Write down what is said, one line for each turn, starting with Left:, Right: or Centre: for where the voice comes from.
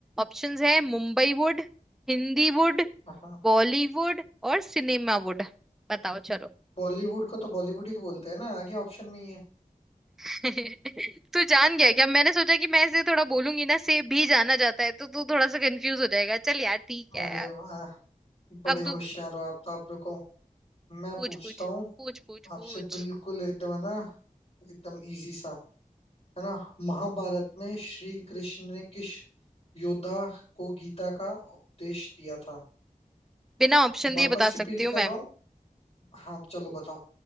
Centre: ऑप्शंस है Mumbai wood Hindi wood
Left: हाँ हाँ
Centre: Bollywood और सिनेमा वुड बताओ चलो
Left: बॉलीवुड को तो बॉलीवुड ही बोलते हैं ना आगे ऑप्शन में ही है
Centre: <laughs> तू जान गया क्या मैंने सोचा कि मैं इसे थोड़ा बोलूंगी ना से भी जाना जाता है तो तू थोड़ा सा कंफ्यूज हो जाएगा चल यार ठीक है
Left: अरे
Centre: यार
Left: वाह बड़े
Centre: अब
Left: होशियार
Centre: तू
Left: हो आप तो आप रुको मैं
Centre: पूछ
Left: पूछता
Centre: पूछ
Left: हूँ
Centre: पूछ पूछ
Left: आपसे
Centre: पूछ
Left: बिल्कुल एकदम है ना एकदम इजी सा है ना महाभारत में श्री कृष्ण ने किस योद्धा को गीता का उपदेश दिया था
Centre: बिना ऑप्शन
Left: वापस
Centre: दिए बता सकती
Left: रिपीट
Centre: हूँ
Left: कर
Centre: मैं
Left: रहा हूँ हाँ चलो बताओ